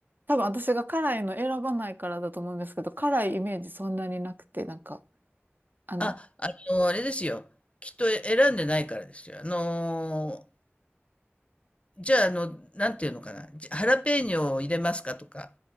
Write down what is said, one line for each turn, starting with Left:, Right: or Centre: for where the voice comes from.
Right: 多分私が辛いの選ばないからだと思うんですけど、辛いイメージそんなになくて、なんか、あの、
Left: あ、あの、あれですよ。きっと選んでないからですよ。あのーじゃあ、あの、なんていうのかな。じハラペーニョを入れますかとか。